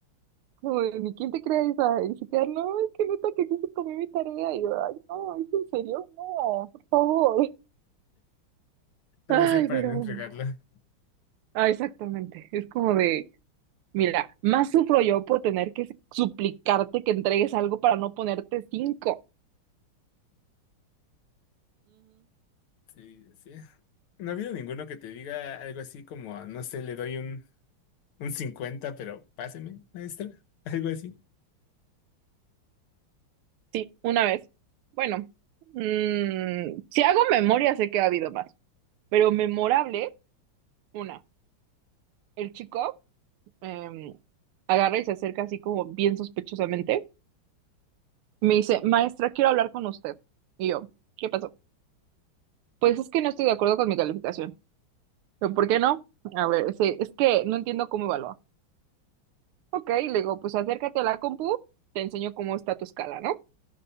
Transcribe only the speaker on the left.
O
sea, para
no entregarla.
Sí, sí. No ha habido ninguno que te diga algo así como, no sé, le doy un, un 50 pero páseme, maestra. <laughs> Algo así.